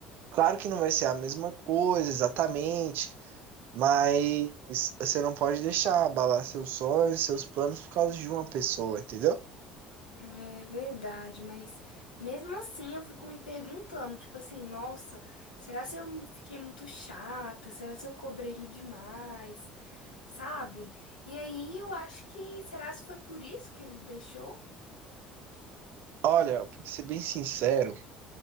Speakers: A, on the right; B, on the left.
A: Claro que não vai ser a mesma coisa exatamente, mas você não pode deixar abalar seus sonhos, seus planos por causa de uma pessoa, entendeu?
B: É verdade, mas mesmo assim eu fico me perguntando, tipo assim, nossa, será se eu fiquei muito chata? Será se eu cobrei ele demais? Sabe? E aí eu acho que, será se foi por isso que ele deixou?
A: Olha, pra ser bem sincero,